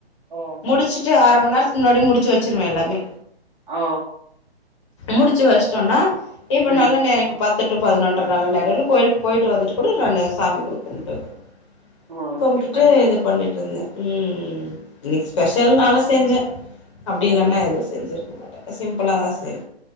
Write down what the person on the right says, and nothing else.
ஓஹோ!
ஓ
ம்.
ஓகே.
பரவால்ல.
ம்.